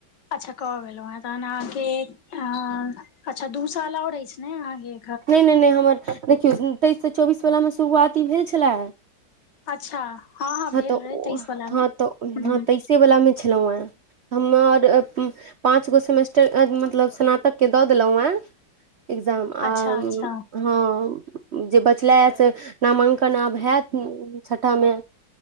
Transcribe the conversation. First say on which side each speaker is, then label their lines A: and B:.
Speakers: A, on the left; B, on the right.
A: अच्छा कह गेलहु हें तहन अहाँके अच्छा दू साल और अछि ने अहाँकेँ
B: नहि नहि नहि हमर देखियौ तेइससँ चौबीसवलामे शुरुआत ई भेल छलए
A: अच्छा
B: हँ
A: भेल
B: तऽ
A: रहै तेइस वला
B: हँ
A: मे
B: तऽ
A: ह
B: हँ तैसे वला मे छलहु य हम आर पाँच गो सेमेस्टर मतलब स्नातककेँ दऽ देलहुँ हेँ एग्जाम
A: अच्छा
B: आ
A: अच्छा
B: हँ जे बचला से नामांकन आब हैत छठामे